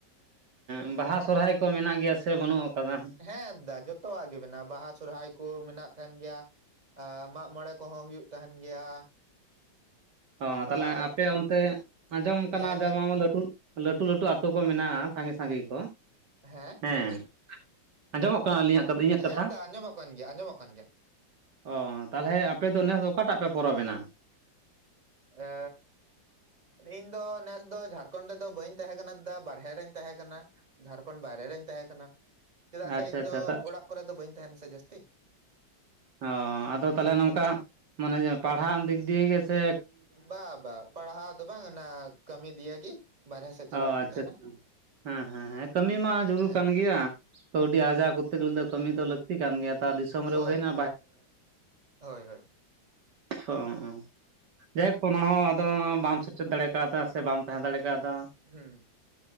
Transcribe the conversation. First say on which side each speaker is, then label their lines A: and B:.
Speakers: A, on the right; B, on the right.
A: ᱮᱻᱵᱟᱦᱟ ᱥᱚᱨᱦᱟᱭ ᱠᱚ ᱢᱮᱱᱟᱜ ᱜᱮᱭᱟ ᱥᱮ ᱵᱟᱹᱱᱩᱜ ᱟᱠᱟᱫᱟ
B: ᱦᱮᱸ ᱟᱫᱟ ᱡᱚᱛᱚᱣᱟᱜ ᱜᱮ ᱢᱮᱱᱟᱜᱼᱟ ᱵᱟᱦᱟ ᱥᱦᱟᱭ ᱠᱚ ᱢᱮᱱᱟᱜ ᱛᱟᱦᱮᱱ ᱜᱮᱭᱟ ᱮᱻ ᱢᱟᱜ ᱢᱚᱬᱮ ᱠᱚᱦᱚᱸ ᱦᱩᱭᱩᱜ ᱛᱟᱦᱮᱱ ᱜᱮᱭᱟ
A: ᱚ ᱛᱟᱦᱚᱞᱮ
B: ᱟᱨ
A: ᱟᱯᱮ ᱚᱱᱛᱮ ᱟᱸᱡᱚᱢ ᱠᱟᱱᱟ
B: ᱦᱮᱸ
A: ᱡᱮ
B: ᱦᱮᱸ
A: ᱵᱟᱝ ᱞᱟᱹᱴᱩ ᱞᱟᱹᱴᱩ ᱞᱟᱹᱴᱩ ᱟᱹᱛᱩᱳ ᱠᱚ ᱢᱮᱱᱟᱜᱼᱟ ᱥᱟᱸᱜᱮ ᱥᱟᱺᱜᱤᱧ ᱠᱚ
B: ᱦᱮᱸ
A: ᱦᱮᱸ ᱟᱸᱡᱚᱢᱚᱜ ᱠᱟᱱᱟ ᱟᱹᱞᱤᱧᱟᱜ ᱤᱧᱟᱹᱜ ᱠᱟᱛᱷᱟ
B: ᱦᱮᱸ ᱫᱟ ᱟᱸᱡᱚᱢᱚᱜ ᱠᱟᱱ ᱜᱮᱭᱟ ᱟᱸᱡᱚᱢᱚᱜ ᱠᱟᱱ ᱜᱮᱭᱟ
A: ᱚᱻ ᱛᱟᱦᱚᱞᱮ ᱟᱯᱮᱫᱚ ᱱᱮᱥ ᱫᱚ ᱚᱠᱟᱴᱟᱜ ᱯᱮ ᱯᱚᱨᱚᱵᱽᱮᱱᱟ
B: ᱮ ᱤᱧ ᱫᱚ ᱱᱮᱥ ᱫᱚ ᱡᱷᱟᱲᱠᱷᱚᱸᱰ ᱨᱮᱫᱚ ᱵᱟᱹᱧ ᱛᱟᱦᱮᱸ ᱠᱟᱱᱟ ᱫᱟ ᱵᱟᱨᱦᱮ ᱨᱤᱧ ᱛᱟᱦᱮᱸ ᱠᱟᱱᱟ ᱡᱷᱟᱲᱠᱷᱚᱸᱰ ᱵᱟᱭᱨᱮ ᱨᱤᱧ ᱛᱟᱦᱮᱸ ᱠᱟᱱᱟ ᱪᱮᱫᱟᱜ
A: ᱟᱪᱪᱷᱟ
B: ᱥᱮ ᱤᱧ
A: ᱟᱪᱪᱷᱟ
B: ᱫᱚ
A: ᱛᱟ
B: ᱚᱲᱟᱜ ᱠᱚᱨᱮ ᱫᱚ ᱵᱟᱹᱧ ᱛᱟᱦᱮᱱᱟ ᱥᱮ ᱡᱟᱹᱥᱛᱤ
A: ᱚ ᱟᱫᱚ ᱛᱟᱦᱚᱞᱮ ᱱᱚᱝᱠᱟ ᱢᱟᱱᱮ ᱡᱮ ᱯᱟᱲᱦᱟᱜ ᱫᱤᱠ ᱫᱤᱭᱮ ᱜᱮ ᱥᱮ
B: ᱵᱟ ᱵᱟ ᱯᱟᱲᱦᱟᱣ ᱫᱚ ᱵᱟᱝ ᱚᱱᱟ ᱠᱟᱹᱢᱤ ᱫᱤᱭᱮ ᱜᱤ ᱵᱟᱨᱦᱮ ᱥᱮᱫ ᱪᱟᱞᱟᱜ
A: ᱚ
B: ᱦᱩᱭᱩᱜ
A: ᱟᱪᱪᱷᱟ
B: ᱛᱟᱦᱮᱱᱟ
A: ᱟᱪᱪᱷᱟ ᱦᱮᱸ ᱦᱮᱸ ᱦᱮᱸ ᱠᱟᱹᱢᱤ ᱢᱟ ᱡᱩᱨᱩᱲ
B: ᱦᱮᱸ
A: ᱠᱟᱱ ᱜᱮᱭᱟ᱾ ᱠᱟᱹᱣᱰᱤ ᱟᱡᱟᱣ ᱠᱚᱨᱛᱮ ᱜᱞ ᱫᱚ ᱠᱟᱹᱢᱤ ᱫᱚ ᱞᱟᱹᱠᱛᱤ ᱠᱟᱱ ᱜᱮᱭᱟ ᱛᱟ ᱫᱤᱥᱚᱢ ᱨᱮ
B: ᱦᱳᱭ
A: ᱦᱩᱭᱱᱟ
B: ᱦᱳᱭ ᱦᱳᱭ
A: ᱚ ᱡᱟᱭᱦᱚᱠ ᱚᱱᱟ ᱦᱚᱸ ᱟᱫᱚ ᱵᱟᱢ ᱥᱮᱴᱮᱨ ᱫᱟᱲᱮ ᱠᱟᱣᱫᱟ ᱥᱮ ᱵᱟᱢ ᱛᱟᱦᱮᱸ ᱫᱟᱲᱮ ᱠᱟᱣᱫᱟ
B: ᱦᱮᱸ